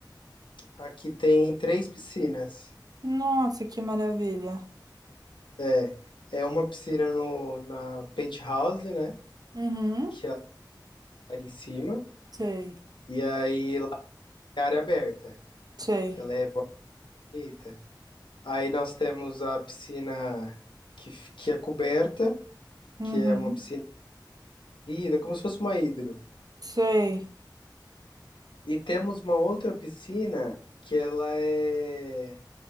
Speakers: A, on the left; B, on the right.
A: aqui tem três piscinas.
B: Nossa, que maravilha.
A: É, é uma piscina no, na penthouse, né?
B: Uhum.
A: Que é lá em cima.
B: Sei,
A: E aí lá é área aberta,
B: sei.
A: que ela é bonita. Aí nós temos a piscina que, f- que é coberta,
B: Uhum.
A: que é uma piscina ida, como se fosse uma hidro.
B: Sei.
A: E temos uma outra piscina que ela é